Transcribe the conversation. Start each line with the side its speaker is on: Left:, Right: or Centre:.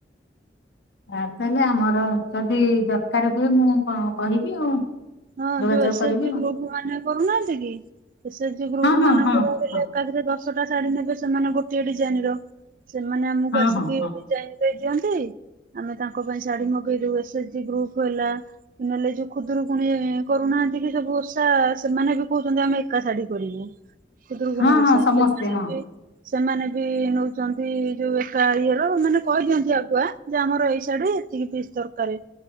Left: ଆଉ ତାହେଲେ ଆମର ଯଦି ଦରକାର ହୁଏ ମୁଁ କ-କହିବି ଆଉ।
Right: ହଁ
Left: ଯୋଗାଯୋଗ
Right: ଯୋଉ ଏସେ
Left: କରିବି
Right: ଏଚେ ଜିି ଗ୍ରୁପମାନେ କରୁନାହାନ୍ତି କି ଏସେ ଏଚେ ଜିି ଗ୍ରୁପମାନଙ୍କରେ
Left: ଆଉ ହଁ ହଁ
Right: ହେଲେ
Left: ହଁ
Right: ଏକାଫରେ ଦଶ ଶଟା ଶାଢୀ ନେବେ ସେମାନେ ଗୋଟଏ ଡିଜାଇନର। ସେମାନେ ଆମକୁ
Left: ହଁ
Right: ଆସିକି
Left: ହଁ ହଁ ହଁ
Right: ଡିଜାଇନ ଦେଇ ଦିଅନ୍ତି ଆମେ ତାଙ୍କ ପାଇଁ ଶାଢୀ ମଗେଇଦୋଉ ଏସେ ଏଚେ ଜି ଗ୍ରୁପୁ ହେଲା ନହଲେ ଯୋଉ ଖୁଦରୁ ପୁଣି କରୁନାହାନ୍ତି କି ସବୁ ଓଷା ସେମାନେ ବି କୋହୁଚନ୍ତି ଆମେ ଏକା ଶାଢୀ କରିବୁ। ଖୁଦୁରୁକୁଣୀ
Left: ହଁ
Right: ଓଷା
Left: ହଁ ସମସ୍ତେ
Right: ସେମାନେ
Left: ହଁ
Right: ବି ସେମାନେ ବି ନୋଉଚନ୍ତି ଯୋଉ ଏକା ଇଏର ମାନେ କହିଦିଅନ୍ତି ଆଗୁଆ ଯେ ଆମର ଏଇ ଶାଢୀର ଏତିକି ଫିସ୍ ଦରକାରେ